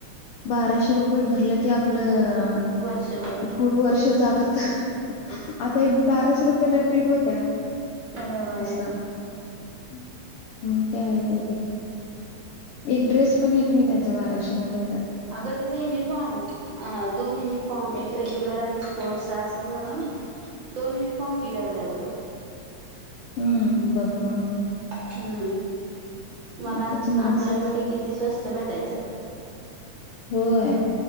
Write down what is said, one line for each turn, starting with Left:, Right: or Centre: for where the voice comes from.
Left: बाराशे रुपये भरलं की आपलं
Right: वर्षभर
Left: पू वर्ष जात होत. आता बाराच रुपे हीला ट्रीप होत्या
Right: होय
Left: तशा. हम् काय आहे तर. एक ड्रेस पण येत मी त्यां बाराशे मध्ये होता.
Right: अग तेच युनिफॉर्म. दोन युनिफॉर्म एक रेग्युलर आणि स्पोर्ट्सचा असं मिळून दोन युनिफॉर्म दीड हजार रुपये.
Left: हम्म बघ मग
Right: हम्म मला
Left: त्याच माणसं
Right: आपल्या
Left: असते
Right: वेळी किती स्वस्त भेटायचं.
Left: होय